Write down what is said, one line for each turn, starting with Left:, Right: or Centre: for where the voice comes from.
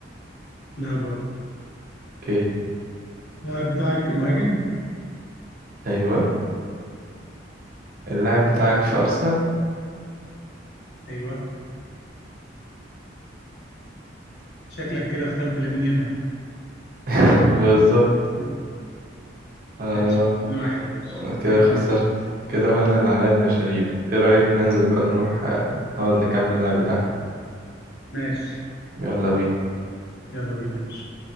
Left: لا برضه
Right: اوكي
Left: اللاعب بتاعك مهاجم
Right: ايوه اللاعب
Left: ماشي
Right: بتاعك في ارسنال
Left: ايوه شكلك كده اخترت لامين يامال
Right: <laughs> بالظبط
Left: <laughs>
Right: آه
Left: ماشي يا باشا 2 1 يا باشا
Right: كده
Left: 2
Right: خسرت
Left: 1
Right: كده بقى انا اللي عليا المشاريب ايه رأيك ننزل بقى نروح آه، نقعد نكمل لعب تحت
Left: ماشي
Right: يلا بينا
Left: يلا بينا يا باشا